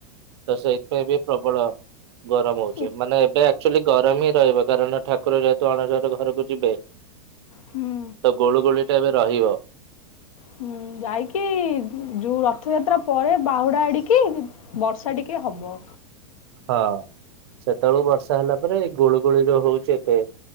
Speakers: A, on the right; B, on the left.
A: ତ ସେଇଥିପାଇଁ ବି ପ୍ରବଳ ଗରମ ହଉଛି
B: ହୁଁ।
A: ମାନେ ଏବେ ଆକ୍ଚୁଆଲି ଗରମ ହିଁ ରହିବ କାରଣ ଠାକୁର ଯେହେତୁ ଅଣସର ଘରକୁ ଯିବେ।
B: ହୁଁ।
A: ତ ଗୋଳୁ ଗୋଳି ଟା ଏବେ ରହିବ।
B: ହୁଁ ଯାଇକି ଯୋଉ ରଥଯାତ୍ରା ପରେ ବାହୁଡା ଆଡିକି ବର୍ଷା ଟିକେ ଟିକେ ହବ।
A: ହଁ ସେତେବେଳକୁ ବର୍ଷା ହେଲା ପରେ ଗୁଳୁ ଗୋଳିରେ ହଉଛି ଏବେ